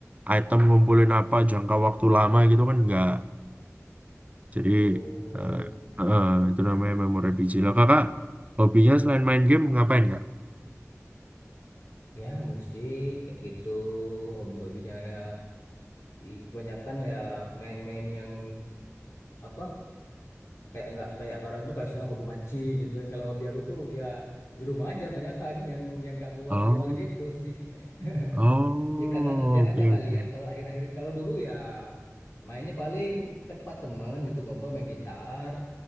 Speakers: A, on the right; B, on the left.
A: item, ngumpulin apa jangka waktu lama gitu kan nggak. Jadi
B: Oh,
A: eh eh, itu namanya MMORPG. Lah kakak hobinya selain main game ngapain kak?
B: ya musik kayak gitu, hobi-hobinya ya i- kebanyakan ya main-main yang apa? kayak nggak kayak orang tuh kayak saya hobi mancing gitu kalau hobi aku tuh ya di rumah aja kebanyakan yang yang nggak keluar
A: Oh.
B: keluar gitu sih <laughs>
A: Oh,
B: ya karena kerjaannya
A: oke
B: kali
A: oke.
B: ya kalau akhir-akhir ini kalau dulu ya mainnya paling ke tempat temen gitu ngobrol main gitar